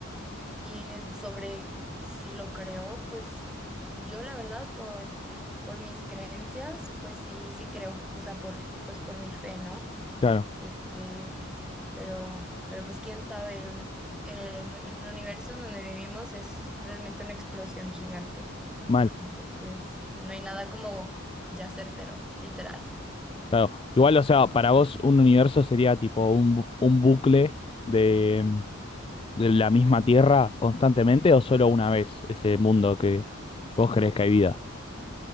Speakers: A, in the centre; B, on the left.
A: y eh, sobre si lo creo, pues yo la verdad por, por mis creencias, pues sí, sí creo, o sea, por, pues por mi fe, ¿no?
B: claro,
A: Este, pero, pero pues quién sabe, el, el, el universo en donde vivimos es realmente una explosión gigante,
B: mal,
A: entonces no hay nada como ya certero, literal.
B: claro. Igual, o sea, para vos un universo sería tipo un, bu- un bucle de, de la misma Tierra constantemente o solo una vez ese mundo que vos crees que hay vida.